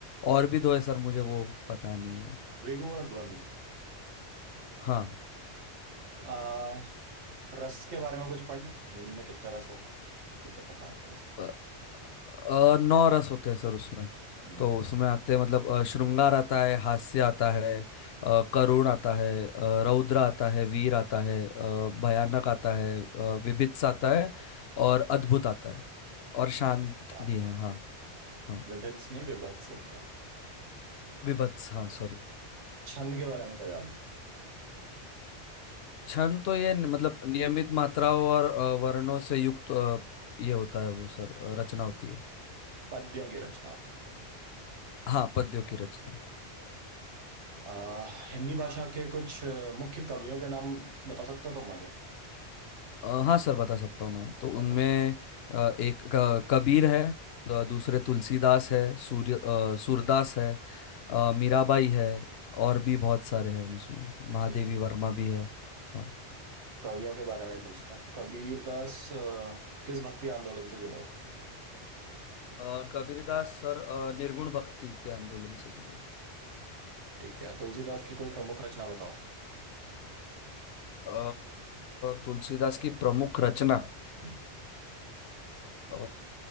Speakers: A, on the left (about 65°); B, on the right (about 80°).
A: और भी दो है सर मुझे वो पता नहीं है
B: द्विगु और द्वंद्व
A: हाँ
B: आ, रस के बारे में कुछ पढ़ा है हिंदी में कितना रस होता है कितने प्रकार के रस होते
A: अ, अ, नौ रस होते हैं सर उसमें
B: हम्म, हैं
A: तो
B: हम्म,
A: उसमें आते हैं मतलब अ, श्रृंगार आता है हास्य आता है अ, करुण आता है अ, रौद्र आता है वीर आता है अ, भयानक आता है अ, विभत्स आता है और अद्भुत आता है और शांत
B: चार
A: भी है हाँ हाँ
B: विभित्स नहीं विभत्स होता है
A: विभत्स हाँ सॉरी
B: छंद के बारे में पढ़ा है
A: छंद तो ये न- मतलब नियमित मात्राओं और अ, वर्णों से युक्त अ, ये होता है वो सर अ, रचना होती है
B: पद्यों की रचना होती है
A: हाँ पद्यों की रचना
B: आ, हिंदी भाषा के कुछ अ, मुख्य कवियों के नाम बता सकते हो तुम मुझे
A: अ, हाँ सर बता सकता हूँ ना तो
B: बताओ
A: उनमें अ, एक क- कबीर है अ, दूसरे तुलसीदास है सूर्य अ, सूरदास है अ, मीराबाई है और भी बहुत सारे हैं उसमें महादेवी
B: ठीक है।
A: वर्मा भी है हाँ
B: कवियों के बारे में ही पूछता हूँ कबीर दास अ, किस भक्ति आंदोलन से जुड़ा था
A: अ, कबीरदास सर अ, निर्गुण भक्ति के आंदोलन से जुड़े
B: ठीक है तुलसीदास की कोई प्रमुख रचना बताओ
A: अ, तुलसीदास की प्रमुख रचना
B: हम्म,
A: अ,